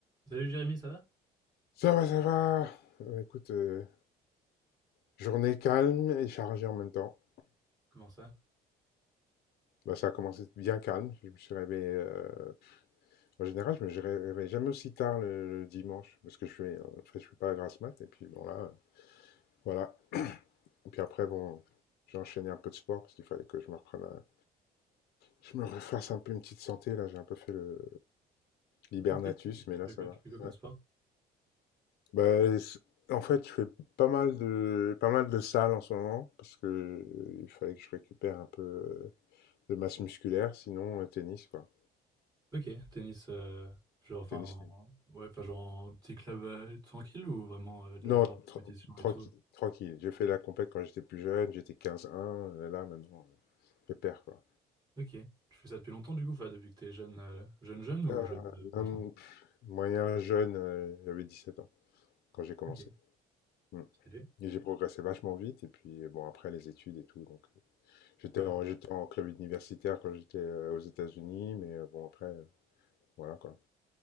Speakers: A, on the right; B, on the left.
A: Salut Jérémy, ça va?
B: Ça va, ça va. Euh, Écoute, euh, journée calme et chargée en même temps.
A: Comment ça?
B: Bah, ça a commencé bien calme. Je me suis réveillé. euh, en général, je me je réveille jamais aussi tard le, le dimanche parce que je fais, euh, en fait, je fais pas la grasse mat. Et puis bon là, euh, voilà. Et puis après, bon, j'ai enchaîné un peu de sport parce qu'il fallait que je me reprenne, un- je me refasse un peu une petite santé. Là, j'ai un peu fait le l'hibernatus,
A: Ok,
B: mais
A: tu
B: là,
A: fais
B: ça
A: quoi,
B: va.
A: tu fais quoi comme
B: Ouais.
A: sport?
B: Bah, c- en fait, je fais pas mal de pas mal de salles en ce moment parce que euh, il fallait que je récupère un peu. euh, de masse musculaire, sinon euh, tennis, quoi.
A: Ok, tennis, euh, genre, enfin,
B: Tennis,
A: en-
B: tennis.
A: ouais, enfin, genre, en petit club euh, tranquille ou vraiment euh, de
B: Non,
A: la genre
B: tra-
A: compétition
B: tranquille,
A: et tout?
B: tranquille. J'ai fait la compète quand j'étais plus jeune, j'étais quinze un euh, là maintenant, euh, pépère, quoi.
A: Ok, tu fais ça depuis longtemps du coup, enfin, depuis que t'es jeune, euh, jeune, jeune ou
B: Euh,
A: jeune de 20-30
B: non,
A: ans?
B: pff, moyen jeune, euh, j'avais sept ans quand j'ai commencé.
A: Ok,
B: Mm.
A: stylé.
B: Et j'ai progressé vachement vite, et puis euh, bon, après les études et tout, donc euh, j'étais
A: Ouais.
B: en, j'étais en club universitaire quand j'étais euh, aux États-Unis, mais euh, bon, après, euh, voilà, quoi.